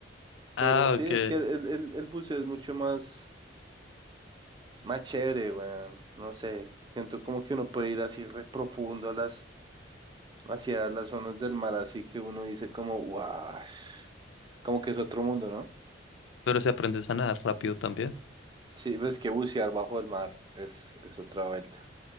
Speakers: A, on the right; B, on the left.
A: Pero
B: Ah,
A: sí,
B: ok.
A: es que el, el, el buceo es mucho más, más chévere, weón. No sé, siento como que uno puede ir así re profundo a las hacia las zonas del mar, así que uno dice como, wow, como que es otro mundo, ¿no?
B: Pero se aprende a nadar rápido también.
A: Sí, ves que bucear bajo el mar es, es otra vuelta.